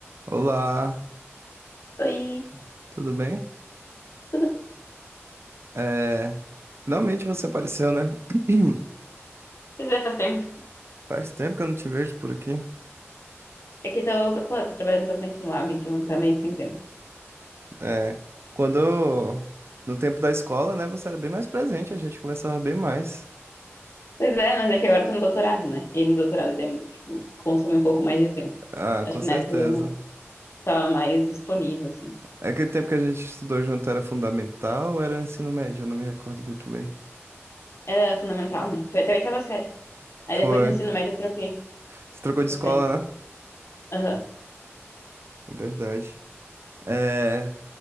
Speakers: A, on the right; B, on the left.
A: Olá,
B: Oi,
A: tudo bem?
B: tudo?
A: É, finalmente você apareceu, né? <clears throat>
B: Pois é, faz tempo.
A: Faz tempo que eu não te vejo por aqui.
B: É que tô, pô, tô trabalhando bastante no lab, então tá meio sem tempo.
A: É, quando eu- no tempo da escola, né, você era bem mais presente, a gente conversava bem mais.
B: Pois é, mas é que agora eu tô no doutorado, né? E no doutorado tem, tipo, consome um pouco mais de tempo.
A: Ah,
B: Acho
A: com
B: que
A: certeza.
B: na época eu tava mais disponível, assim.
A: Aquele tempo que a gente estudou junto era fundamental ou era ensino médio? Eu não me recordo muito bem.
B: Era fundamental, né? Foi até a oitava série. Aí
A: Foi.
B: depois no ensino médio eu troquei.
A: Você trocou de
B: Eu
A: escola,
B: saí.
A: né?
B: Aham.
A: Verdade. É,